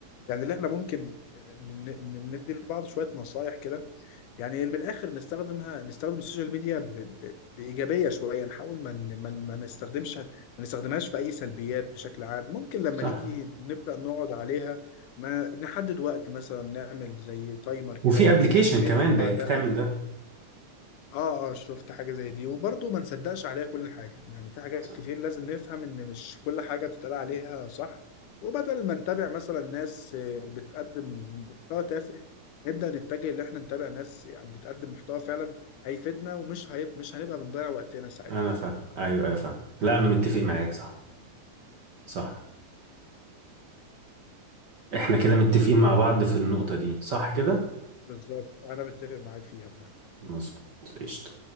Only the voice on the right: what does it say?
صح
وفي
ابلكيشن
كمان
بقت بتعمل ده
صح
انا فاهم ايوه ايوه فاهم لا انا متفق معاك صح صح احنا كده متفقين مع بعض في النقطه دي صح كده
مظبوط قشطه